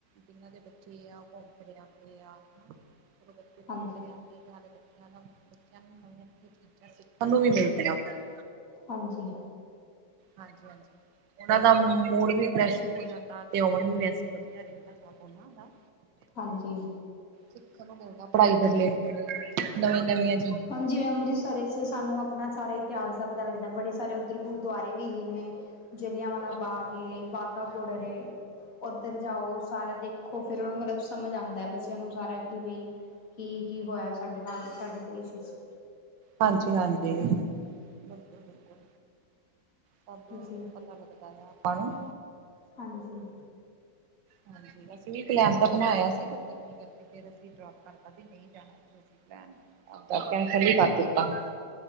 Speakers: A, on the right; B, on the left.
A: ਜਿਨਾਂ ਦੇ ਬੱਚੇ ਆ ਉਹ ਘੁੰਮ ਫਿਰ ਆਂਦੇ ਆ ਹਾਂ ਬੱਚੇ ਘੁੰਮ
B: ਹਾਂਜੀ
A: ਫਿਰ ਆਂਦੇ ਆ ਤੇ ਸਾਡੇ ਬੱ <unintelligible> ਬੱਚਿਆਂ ਨੂੰ ਨਵੀਆਂ ਨਵੀਆਂ ਚੀਜ਼ਾਂ ਸਿੱਖਣ ਨੂੰ ਵੀ ਮਿਲਦੀਆਂ ਓਥੇ ਈ।
B: ਹਾਂਜੀ।
A: ਹਾਂਜੀ ਹਾਂਜੀ, ਉਹਨਾਂ ਦਾ ਮੂਡ ਵੀ ਫਰੈਸ਼ ਹੋ ਜਾਂਦਾ ਤੇ ਓਵੇਂ ਵੀ ਵੈਸ ਵਧੀਆ ਰਹਿੰਦਾ ਸਬ ਓਹਨਾਂ ਦਾ।
B: ਹਾਂਜੀ
A: ਸਿੱਖਣ ਨੂੰ ਮਿਲਦਾ ਪੜ੍ਹਾਈ ਦੇ ਰਿਲੇਟਿਡ ਨਵੀਂ ਨਵੀਆਂ
B: ਹਾਂਜੀ, ਅੰਮ੍ਰਿਤਸਰ ਵਿੱਚ ਤੇ ਸਾਨੂੰ ਅਪਣਾ ਸਾਰਾ ਇਤਿਹਾਸ ਦਾ ਪਤਾ ਲੱਗਦਾ, ਬੜੇ ਸਾਰੇ ਔਦਰ ਗੁਰਦੁਆਰੇ ਵੀ ਹੈਗੇ ਨੇ। ਜਲਿਆਂਵਾਲਾ
A: ਬਿਲਕੁਲ-ਬਿਲਕੁਲ
B: ਬਾਗ ਏ, ਬਾਕਾ
A: ਹਾਂਜੀ-ਹਾਂਜੀ।
B: ਬੋਡਰ ਏ ਓਧਰ ਜਾਓ ਸਾਰਾ ਦੇਖ ਖੋ ਫਿਰ ਮਤਲਬ ਸਮਝ ਆਂਦਾ ਬੱਚਿਆਂ ਨੂੰ ਸਾਰਾ ਕਿ ਬਈ ਕੀ-ਕੀ ਹੋਇਆ ਸਾਡੇ ਨਾਲ ਸਾਡੇ ਦੇਸ਼ ਵਿੱਚ।
A: ਹਾਂਜੀ, ਹਾਂਜੀ। ਬਿਲਕੁਲ-ਬਿਲਕੁਲ, ਸਭ
B: ਜੀ
A: ਪਤਾ ਲੱਗਦਾ ਆ ਆਪਾਂ ਨੂੰ।
B: ਹਾਂਜੀ।
A: ਹਾਂਜੀ, ਅਸੀਂ ਵੀ ਪਲੈਣ ਤਾਂ ਬਣਾਇਆ ਸੀ ਪਰ ਗਰਮੀ ਕਰਕੇ ਫੇਰ ਅਸੀਂ ਡਰਾ ਕਰਤਾ ਬੀ ਨਹੀਂ ਜਾਣਾ ਇਸ ਪਲੈਨ, ਕੈਂਸਲ ਈ ਕਰ ਦਿੱਤਾ।